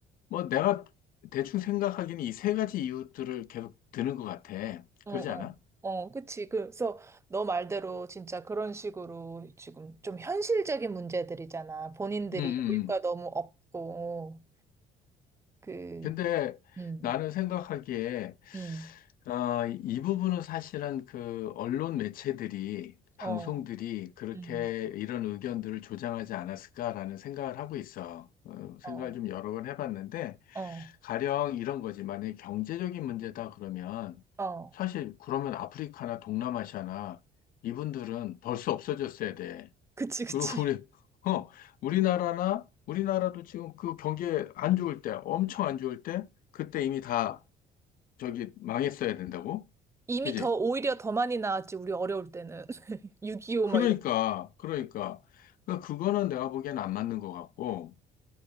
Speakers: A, on the left; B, on the right.
A: 뭐 내가 대충 생각하기는 이 세 가지 이유들을 계속 드는 것 같아.
B: 어,
A: 그러지
B: 어,
A: 않아?
B: 어, 그치. 그- 그래서 너 말대로 진짜 그런 식으로 지금 좀 현실적인 문제들이잖아. 본인들이
A: 응, 응,
B: 여유가 너무 없고, 그,
A: 근데
B: 음,
A: 나는 생각하기에
B: 음,
A: 어, 이 부분은 사실은 그 언론 매체들이 방송들이
B: 어,
A: 그렇게
B: 음,
A: 이런 의견들을 조장하지 않았을까라는 생각을 하고 있어. 어, 생각을
B: 어,
A: 좀 여러 번 해봤는데
B: 어,
A: 가령 이런 거지. 만약에 경제적인 문제다 그러면
B: 어.
A: 사실 그러면 아프리카나 동남아시아나 이분들은 벌써 없어졌어야 돼.
B: 그치, 그치.
A: 그리고 우리,
B: <laughs>
A: 어, 우리나라나, 우리나라도 지금 그 경기에 안 좋을 때, 엄청 안 좋을 때, 그때 이미 다 저기 망했어야 된다고?
B: 이미
A: 그지?
B: 더, 오히려 더 많이 나왔지, 우리 어려울 때는. <laughs> 6.25
A: 그러니까,
B: 막 이런.
A: 그러니까. 그러니까 그거는 내가 보기엔 안 맞는 것 같고.